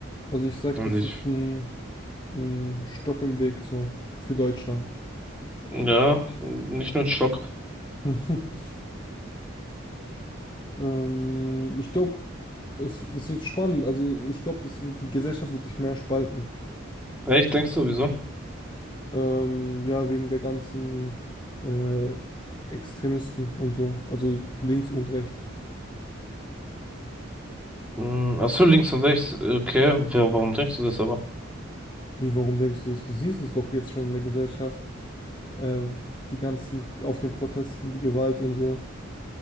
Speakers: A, on the left (about 20°); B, in the centre.
A: also ich sag,
B: Und
A: das
B: ich,
A: ist ein, ein Stock im Weg so für Deutschland.
B: ja, nicht nur ein Stock.
A: <laughs> Ähm, ich glaube, es, es wird spannend. Also ich glaube, das wird, die Gesellschaft wird sich mehr spalten.
B: Ja, ich denke sowieso.
A: Ähm, ja, wegen der ganzen äh, Extremisten und so, also links und rechts.
B: Hm, Ach so, links und rechts. Okay, wa- warum denkst du das aber?
A: Wie, warum denkst du das? Du siehst es doch jetzt schon in der Gesellschaft, äh, die ganzen, auf den Protesten, die Gewalt und so.